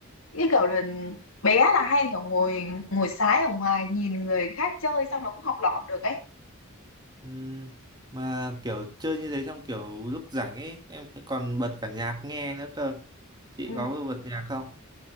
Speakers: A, on the left; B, on the right.
A: như kiểu là bé là hay kiểu ngồi ngồi sái ở ngoài nhìn người khác chơi xong nó cũng học lỏm được ấy
B: Ừm, mà kiểu chơi như thế trong kiểu lúc rảnh ấy, em còn bật cả nhạc nghe nữa cơ. Chị
A: ừ
B: có bật nhạc không?